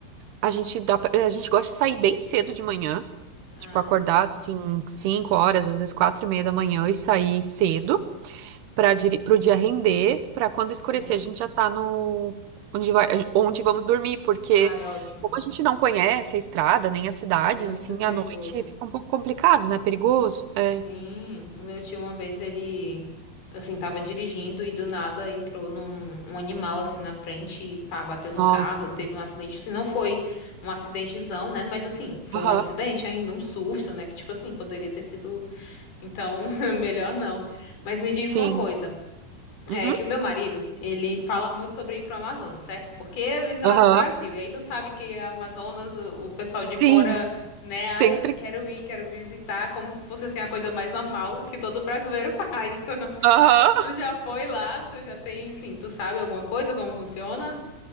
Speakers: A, on the right; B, on the left.
A: a gente dá, pra- a gente gosta de sair bem cedo de manhã,
B: Ah,
A: tipo, acordar assim, 5 horas, às vezes quatro e meia da manhã e sair cedo pra, diri- pro dia render, pra quando
B: sim.
A: escurecer a gente já tá no, onde vai, onde vamos dormir, porque
B: Ai, ótimo.
A: como a gente não conhece a estrada, nem as cidades,
B: Muito
A: assim,
B: perigoso.
A: à noite fica um pouco complicado, né? Perigoso. É.
B: Sim, o meu tio uma vez ele, assim, tava dirigindo e do nada entrou num um animal assim na frente e pá, bateu
A: Nossa.
B: no carro. Teve um acidente, assim, não foi um acidentezão, né? Mas assim, foi
A: Aham.
B: um acidente ainda, um susto, né? Que tipo assim, poderia ter sido Então, <laughs> melhor não. Mas me diz
A: Sim.
B: uma coisa, é
A: Uhum.
B: que o meu marido, ele fala muito sobre ir pro Amazonas, certo? Porque ele não
A: Aham.
B: é do Brasil. E aí tu sabe que a Amazonas, o o pessoal de fora,
A: Sim.
B: né,
A: Sempre.
B: ah, eu quero ir, quero visitar, como se fosse assim a coisa mais normal que todo brasileiro <laughs> faz.
A: Aham.
B: Tu já foi lá? Tu já tem, sim, tu sabe alguma coisa como funciona?